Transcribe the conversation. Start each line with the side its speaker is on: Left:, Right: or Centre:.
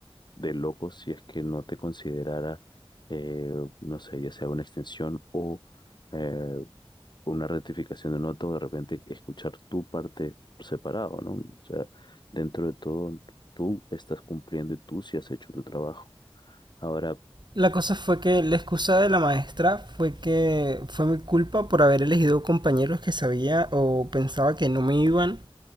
Left: de loco si es que no te considerara, eh, no sé, ya sea una extensión o... eh, con una rectificación de un otro, de repente escuchar tu parte por separado, ¿no? O sea, dentro de todo, tú estás cumpliendo y tú sí has hecho tu trabajo. Ahora,
Right: La cosa fue que la excusa de la maestra fue que fue mi culpa por haber elegido compañeros que sabía o pensaba que no me iban